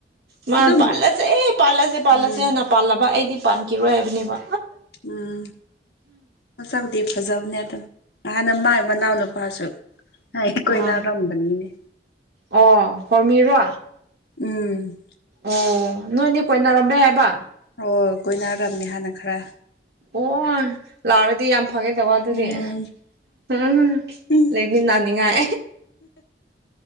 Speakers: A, on the right; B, on the left.
A: ꯃꯥ
B: ꯑꯗꯨꯝ
A: ꯄꯜꯂꯁꯦ ꯑꯦ ꯄꯜꯂꯥꯁꯦ ꯄꯜꯂꯥꯁꯦ
B: ꯎꯝ
A: ꯍꯦꯟꯅ ꯄꯜ ꯂꯕ ꯑꯦꯗꯤ ꯄꯥꯟ ꯀꯔꯣꯏ ꯍꯥꯏꯕꯅꯤꯕ
B: ꯎꯝ ꯑꯁꯗꯤ ꯐꯖꯕꯅꯦ ꯑꯗꯨ ꯍꯥꯟꯅ ꯃꯥꯏ ꯃꯅꯥꯎ ꯅꯨꯄꯥꯁꯨ ꯑ ꯀꯣꯏꯅ
A: ꯑꯥ
B: ꯂꯝꯕꯅꯤꯅꯦ
A: ꯑꯣ ꯐꯃꯤꯔꯣ
B: ꯎꯝ
A: ꯑꯣ ꯅꯣꯏꯅꯦ ꯀꯣꯏꯅꯔꯝꯝꯕꯦ ꯍꯥꯏꯕ
B: ꯑꯣ ꯀꯣꯏꯅꯔꯔꯕꯅꯦ ꯍꯥꯟꯅ ꯈꯔ
A: ꯑꯣ ꯂꯥꯛꯔꯗꯤ ꯌꯥꯝ ꯐꯒꯦ ꯇꯧꯕ ꯑꯗꯨꯗꯤ
B: ꯎꯝ
A: ꯎꯝ
B: ꯎꯝ
A: ꯂꯩꯃꯤꯟꯗꯥꯅꯤꯉꯥꯏ